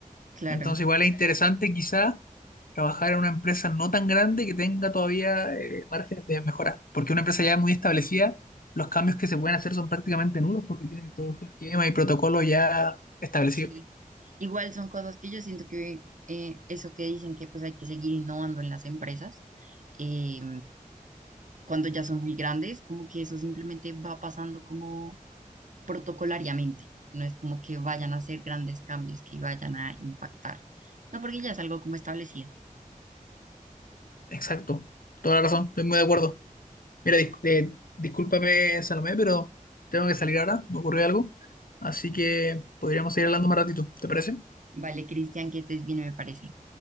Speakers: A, on the right; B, on the left.
A: Claro,
B: Entonces igual es interesante quizá trabajar en una empresa no tan grande que tenga todavía eh, margen de mejora. Porque una empresa ya muy establecida, los cambios que se pueden hacer son prácticamente nulos porque tienen todo su esquema y protocolo ya establecido.
A: sí. Igual son cosas que yo siento que eh, eso que dicen que pues hay que seguir innovando en las empresas, eh, cuando ya son muy grandes, como que eso simplemente va pasando como protocolariamente. No es como que vayan a hacer grandes cambios que vayan a impactar. No, porque ya es algo como establecido.
B: Exacto. Toda la razón, estoy muy de acuerdo. Mira, dis- eh, discúlpame, Salomé, pero tengo que salir ahora, me ocurrió algo, así que podríamos seguir hablando más ratito, ¿te parece?
A: Vale, Cristian, que estés bien, me parece.